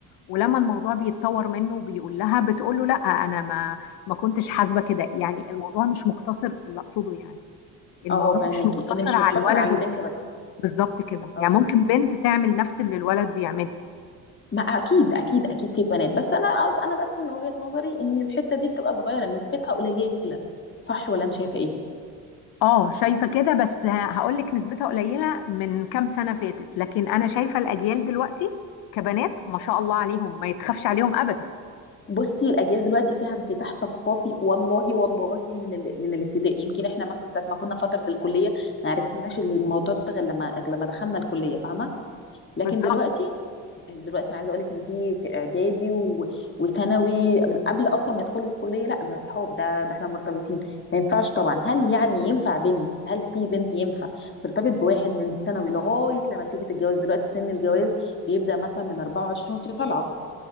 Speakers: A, on the left (about 85°); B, on the left (about 30°).
A: ولما الموضوع بيتطور منه وبيقول لها بتقول له لا انا ما ما كنتش حاسبة كده يعني الموضوع مش مقتصر اللي اقصده يعني الموضوع
B: اه فاهمكي
A: مش مقتصر
B: ان مش
A: على
B: مقتصر
A: الولد
B: على البنت
A: والبنت
B: بس
A: بالظبط كده
B: اه
A: يعني ممكن بنت تعمل نفس اللي الولد بيعمله
B: ما اكيد اكيد اكيد في بنات بس انا انا بس من وجهه نظري ان الحته دي بتبقى صغيره نسبتها قليله صح ولا انت شايفه ايه
A: اه شايفه كده بس هقول لك نسبتها قليله من كام سنه فاتت لكن انا شايفه الاجيال دلوقتي كبنات ما شاء الله عليهم ما يتخافش عليهم ابدا
B: بصي الاجيال دلوقتي فيها انفتاح ثقافي والله والله من ال... من الابتدائي يمكن احنا مثلا ساعه ما كنا فتره الكليه ما عرفناش الموضوع ده غير لما غير لما دخلنا الكليه فاهمه لكن
A: بالظبط
B: دلوقتي دلوقتي انا عايزه اقول لك ان في في اعدادي و... وثانوي من قبل اصلا ما يدخلوا الكليه لا ده صحاب ده ده احنا مرتبطين ما ينفعش طبعا هل يعني ينفع بنت هل في بنت ينفع ترتبط بواحد من ثانوي لغايه لما تيجي تتجوز دلوقتي سن الجواز بيبدا مثلا من 24 وانت طالعه